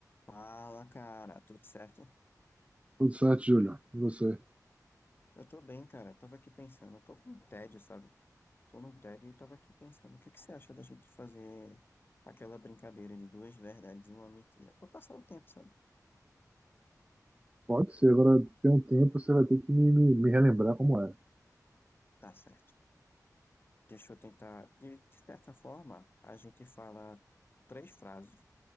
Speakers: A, on the left; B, on the right.
A: Fala, cara, tudo certo?
B: Tudo certo, Júlia. E Você?
A: Eu tô bem, cara. Eu tava aqui pensando, eu tô com um tédio, sabe? Tô num tédio e tava aqui pensando, o que que você acha da gente fazer aquela brincadeira de duas verdades e uma mentira? Pra passar o tempo, sabe?
B: Pode ser, agora tem um tempo, você vai ter que me, me, me relembrar como é.
A: Tá certo. Deixa eu tentar. De, de certa forma, a gente fala três frases